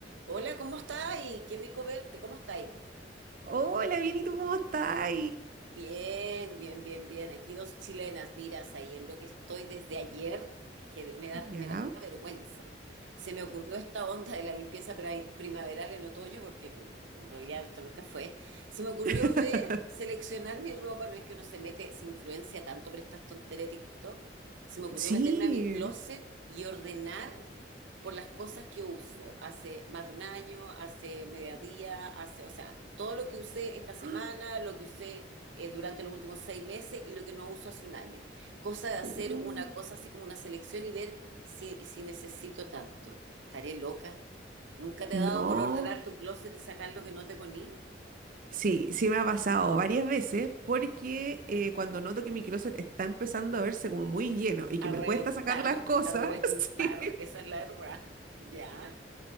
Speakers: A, on the right (about 85°); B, on the right (about 50°).
A: Hola, ¿cómo estás? Y qué rico verte, ¿cómo estáis?
B: Hola, bien, ¿y tú cómo estás?
A: Bien, bien, bien, bien. Aquí dos chilenas, miras ahí en lo que estoy desde ayer, es que me da,
B: Ya.
A: me da hasta vergüenza. Se me ocurrió esta onda de la limpieza pra- primaveral en otoño, porque en realidad esto nunca fue. Se me ocurrió
B: <laughs>
A: ver, seleccionar mi ropa, no es que uno se mete, se influencia tanto por estas tonterías de TikTok. Se me ocurrió
B: Sí.
A: meterme a mi closet y ordenar por las cosas que uso hace más de un año, hace mediodía, hace, o sea, todo lo que usé esta semana,
B: <gasps> ¡Ah!
A: lo que usé eh, durante los últimos seis meses y lo que no uso hace un año. Cosa de hacer
B: Uy.
A: una cosa así como una selección y ver si, si necesito tanto. Estaré loca. ¿Nunca te
B: No.
A: ha dado por ordenar tu closet y sacar lo que no te poní?
B: Sí, sí me ha pasado varias veces porque eh, cuando noto que mi closet está empezando a verse como muy lleno y que
A: A
B: me
A: reventar,
B: cuesta sacar las cosas,
A: a reventar,
B: <laughs> sí.
A: esa es la verdad. Ya,